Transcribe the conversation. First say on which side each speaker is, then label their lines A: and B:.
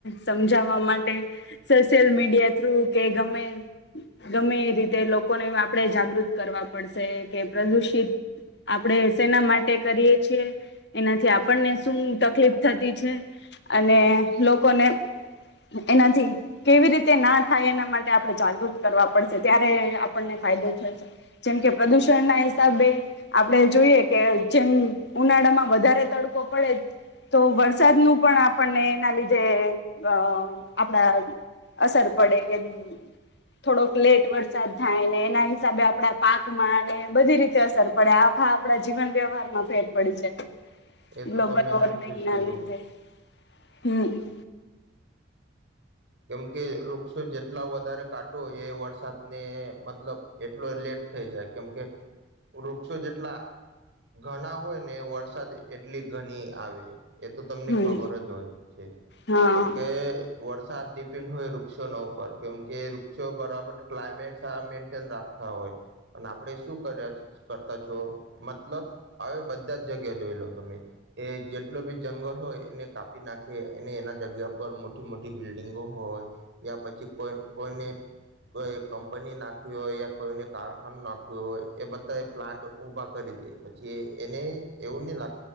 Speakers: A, on the left; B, on the right.
A: સમજાવવા માટે સોશિયલ મીડિયા થ્રુ કે ગમે ગમે એ રીતે લોકોને આપણે જાગૃત કરવા પડશે કે પ્રદુષિત આપણે સેના માટે કરીએ એનાથી આપણને શું તકલીફ થતી છે અને લોકોને એનાથી કેવી રીતે ના થાય એના માટે આપણે જાગૃત કરવા પડશે ત્યારે આપણને ફાયદો થશે. જેમ કે પ્રદુષણ ના હિસાબે આપણે જોઈએ કે જેમ ઉનાળામાં વધારે તડકો પડે તો વરસાદનું પણ આપણને એના લીધે આપણા અસર પડે કે થોડોક લેટ વરસાદ થાય ને એના હિસાબે આપણા પાકમાં અને બધી રીતે અસર પડે આખા આપણા જીવન વ્યવહારમાં ફેર પડી <unintelligible>
B: એ તો
A: ગ્લોબલ
B: તમને
A: વોર્મિંગ
B: હાચૂ જ કીધું.
A: ના લીધે હમ
B: કેમકે વૃક્ષો જેટલા વધારે કાટો હોય એ વરસાદને મતલબ એટલો લેટ થઈ જાય કેમકે વૃક્ષો જેટલા ઘણા હોય ને એ વરસાદ એટલી ઘણી આવે. એ તો તમને
A: હમ
B: ખબર જ હોય છે.
A: હા
B: કેમકે વર્ષ સા ડિપેન્ડ હોય વૃક્ષોના ઉપર કેમકે વૃક્ષો બરાબર ક્લાયમેટ મેન્ટેન રાખતા હોય અને આપણે શું કર્યા કરતા છો? મતલબ હવે બધા જ જગ્યા જોઈ લો તમે. એ જેટલો બી જંગલ હોય એને કાપી નાખીએ એના જગ્યા પર મોટી મોટી બિલ્ડિંગો હોય યા પછી કો કોઈને કોઈ કંપની નાખવી હોય યા કોઈને કારખાનું નાખ્યું હોય એ બધા એ પ્લાન્ટ ઉભા કરી દે પછી. કે એને એવું નહી લાગ